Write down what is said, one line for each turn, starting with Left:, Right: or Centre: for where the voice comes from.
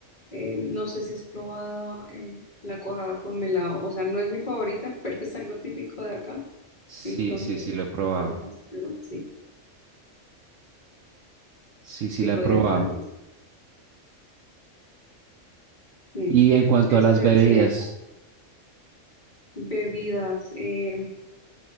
Left: eh, no sé si has probado eh, la cuajada con melado, o sea, no es mi favorita, <laughs> pero es algo típico de acá,
Right: Sí,
Left: entonces
Right: sí, sí, lo he probado.
Left: podría ser algo así,
Right: Sí, sí,
Left: sí,
Right: la
Left: podría
Right: he probado.
Left: ser algo así. Mm,
Right: Y en cuanto
Left: Eso
Right: a las
Left: se-
Right: bebidas.
Left: sería bebidas, eh,